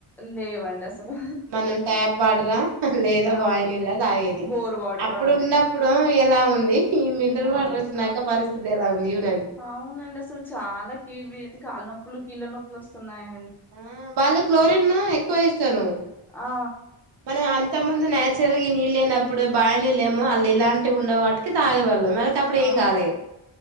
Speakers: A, in the centre; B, on the right.
A: లేవండి అసలు
B: మనం ట్యాప్ వాడరా లేదా
A: అవును
B: బాయి నీల్లా దాగేది
A: బోర్ వాటర్
B: అప్పుడు
A: అవును
B: ఉన్నప్పుడు ఎలా ఉంది ఈ మినరల్
A: అవును
B: వాటర్ వచ్చినాక పరి సిదెలా వుంది యూడ్
A: అవునండి అసలు చాలా ఇవేంది కాళ్ నొప్పులు కీళ్ళ నొప్పులు వస్తున్నాయ్
B: ఆ వాళ్ళు క్లోరిన్ ఎక్కువ వేస్తాను
A: ఆ
B: మన అం తముందు నేచురల్గా ఈ నీళ్ళు లేనప్పుడు బాయి నీళ్ళేమో అళ్ళిల్లాంటి ఉండే వాటికి తాగి వెళ్ళం మనకి అప్పుడు
A: ఆ
B: ఏం
A: అవును
B: కాలే